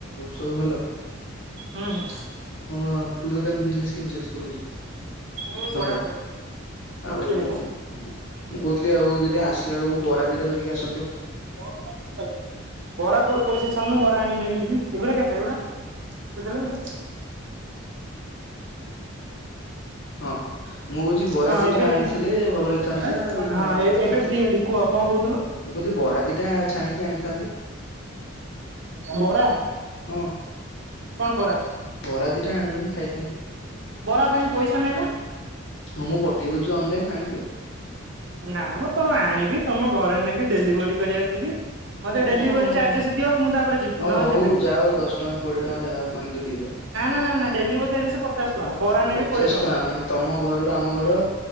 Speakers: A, on the left; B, on the right.
A: ସବୁ ଭଲ?
B: ହୁଁ, ହୁଁ,
A: ଆପଣଙ୍କ ଫୁଲ ଦୋକାନ ବିଜନେସ କେମିତି ଚାଲିଛି ଫୁଲ ବିଜନେସ୍?
B: ହୁଁ
A: ଧନ୍ଦା
B: ବଢିଆ ଚାଲିଛି ମୁଡ଼କି
A: ଆଉ ମୁଁ
B: ଦେଇଥା।
A: କ ହୁଥିଲି ଆଉ ଯଦି ଆସିଲା ବେଳକୁ ବରା ଦିଟା ଧିରିକି ଆସ
B: ବରା କୋଉଠି ପଇସା ଛାନୁ ବରା ଆଣିକ ନେବି ଯିବି ଏଗୁଡା କେତେ ଏଗୁଡା <unintelligible>
A: ହଁ ମୁଁ କହୁଛି ବରା
B: ହଁ,
A: ଦିଟା
B: ଏବେ ଫ୍ରି
A: ଆଣିଥିଲେ
B: ହଁ,
A: ଭଲ ହେଇଥାନ୍ତା ଆଉ କଣ କରୁଛନ୍ତି?
B: ଏବେ ଫ୍ରି ହେଲି। କୁହ କଣ କହୁଥିଲ?
A: ମୁଁ କହୁଥିଲି ବରା ଦିଟା ଛାଣିକି ଆଣିଥା
B: ବରା,
A: ହଁ।
B: କଣ ବରା?
A: ବରା ଦିଟା ଆଣିଲୁନି ଖାଇଥାନ୍ତି।
B: ବରା ପାଇଁ ପଇସା ନାହିଁ ବା।
A: ହଁ ମୁଁ ପଠେଇ ଦଉଛି ଅନଲାଇନ ଆଣିିଦିଅ।
B: ନା ମ ତମ ଆଣିବି ତମ ଘରେ ନେଇକି ଡେଲିଭରି କରିବାକୁ ଯିବି। ମୋତେ
A: କଣ
B: ଡେଲିଭରି ଚାର୍ଜେସ୍ ଦିଅ ମୁଁ ତାପରେ ଯିବି,
A: ହଉ
B: ନହେଲେ
A: ହଉ
B: ଯିବିନି। ନା,
A: ଯାଅ ଦଶ ଟଙ୍କା କୋଡିଏ ଟଙ୍କା ଯାହା ହଉ ମାଗିବ ଦେଇଦବା।
B: ନା, ନା, ନା, ଡେଲିଭରି ଚାର୍ଜେସ୍ ପଚାଶ ବରା ନେବି
A: ପଚାଶ
B: କୋଡିଏ ଟଙ୍କାର
A: ଟଙ୍କା ମାନେ ତମ ଘରରୁ ଆମ ଘର